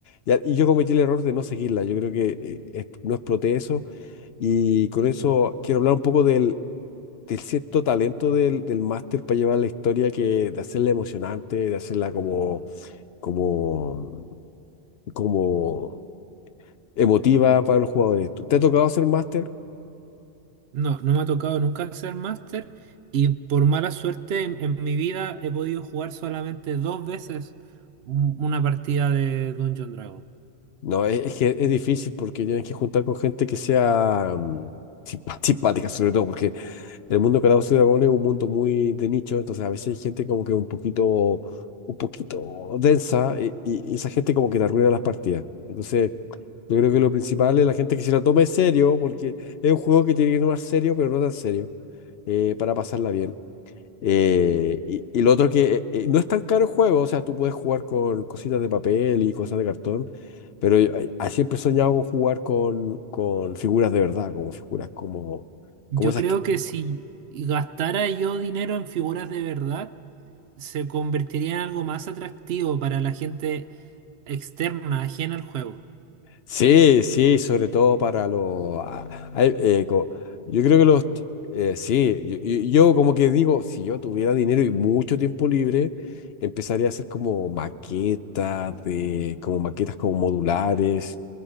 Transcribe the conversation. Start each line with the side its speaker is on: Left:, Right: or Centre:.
Left: y, a- y yo cometí el error de no seguirla. Yo creo que eh, es- no exploté eso. Y con eso quiero hablar un poco del, del cierto talento del, del máster para llevar la historia, que de hacerla emocionante, de hacerla como como, como emotiva para los jugadores. ¿Te ha tocado hacer máster?
Right: No, no me ha tocado nunca hacer máster y por mala suerte en, en mi vida he podido jugar solamente dos veces un- una partida de Dungeon Dragon.
Left: No, es, es que es difícil porque tienes que juntar con gente que sea mm, simpa- simpática, sobre todo, porque el mundo de Calabozos y Dragones es un mundo muy de nicho, entonces a veces hay gente como que un poquito, un poquito densa y, y- y esa gente como que te arruina las partidas. Entonces, yo creo
Right: Y
Left: que lo principal es la gente que se la tome serio, porque es un juego que tiene que tomar serio, pero no tan serio, eh, para pasarla bien. Eh, y, y lo otro que eh, no es tan caro el juego, o sea, tú puedes jugar con cositas de papel y cosas de cartón, pero yo, eh, ah, siempre he soñado con jugar con, con figuras de verdad, como figuras como,
Right: yo
Left: como esas
Right: creo
Left: que...
Right: que si gastara yo dinero en figuras de verdad, se convertiría en algo más atractivo para la gente externa, ajena al juego.
Left: Sí, sí, sobre todo para los... ah, hay, eh, co- yo creo que los... eh, sí, yo, yo- yo como que digo, si yo tuviera dinero y mucho tiempo libre, empezaría a hacer como maquetas de, como maquetas como modulares